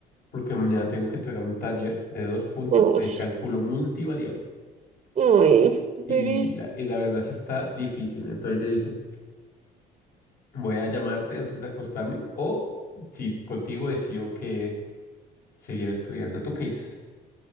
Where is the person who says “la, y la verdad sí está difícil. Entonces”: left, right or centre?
Left